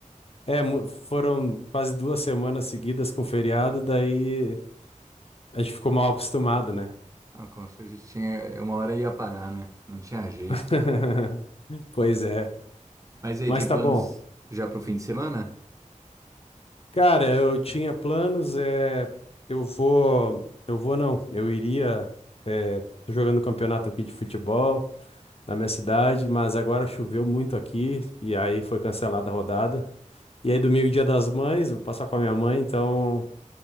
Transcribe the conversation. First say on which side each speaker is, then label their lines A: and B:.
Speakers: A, on the left; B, on the right.
A: é, mu- foram quase duas semanas seguidas com feriado, daí a gente ficou mal acostumado, né?
B: Ah, como se a gente tinha eh, uma hora ia parar, né? Não tinha jeito.
A: <laughs> Pois é,
B: Mas aí,
A: mas
B: tem
A: tá
B: planos
A: bom.
B: já pro fim de semana?
A: Cara, eu tinha planos, é, eu vou, eu vou não, eu iria, é, tô jogando campeonato aqui de futebol na minha cidade, mas agora choveu muito aqui e aí foi cancelada a rodada. E aí domingo, dia das mães, vou passar com a minha mãe, então